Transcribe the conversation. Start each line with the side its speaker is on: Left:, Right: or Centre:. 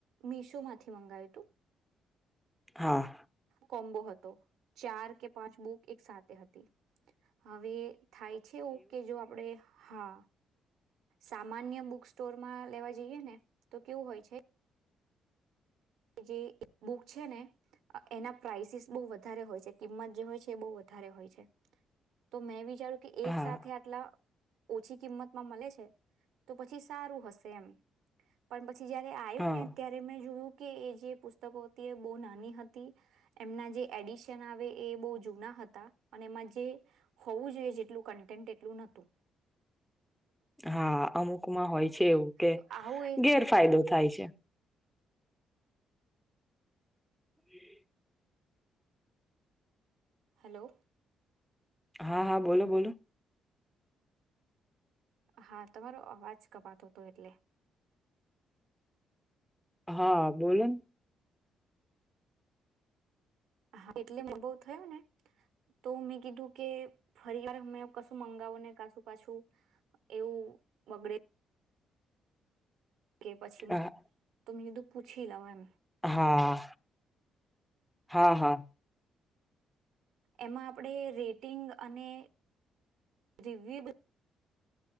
Right: મીશો માંથી મંગાયું તું
Centre: હા
Right: કોમ્બો હત તો ચાર કે પાંચ બુક એક સાથે હતી હવે થાય છે એવું કે જો આપડે હા સામાન્ય બુક સ્ટોર માં લેવા જઈએ ને તો કેવું હોય છે. જે એ બુક છે ને અ એના પ્રઇસીસ બો વધારે હોય છે કિંમત જે હોય છે એ બો વધારે હોય છે તો મેં વિ વિચારો કે એક
Centre: હા
Right: સાથે આટલા ઓછી કિંમતમાં મળે છે તો પછી સારું હશે એમ પણ પછ પછી જયારે આવ્યું
Centre: હા
Right: ને ત્યારે મેં જોવુ કે એ જે પુસ્તકો હતી એ બો નાની હતી એમના જે એડિશન આવે એ બો જૂના હતા અને એમાં જે હોવું જોઈએ જેટલું કન્ટેન્ટ તેટલું નતું.
Centre: હા અમુકમાં હોય છે એવું કે
Right: તો આવું એક
Centre: ગેરફાયદો થાય છે. <inaudible>
Right: હલો.
Centre: હા હા બોલો બોલો.
Right: હા તમારો અવાજ કપાતો હતો એટલે.
Centre: હા બોલોન.
Right: હા એટલે અનભવ થયો ને તો મેં કીધું કે ફરી વાર મેમે કશું મંગાવ ને કશું પાછું એવું બગડે કે પછી
Centre: હા
Right: માં તમે શધું પૂછી લાવ એમ
Centre: હા હા હા
Right: એમાં આપણેે રેટિંગ અને રિવ્યુ